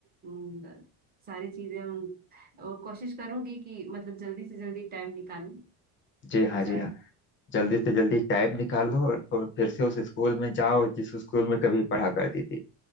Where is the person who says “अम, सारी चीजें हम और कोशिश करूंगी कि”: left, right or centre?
Right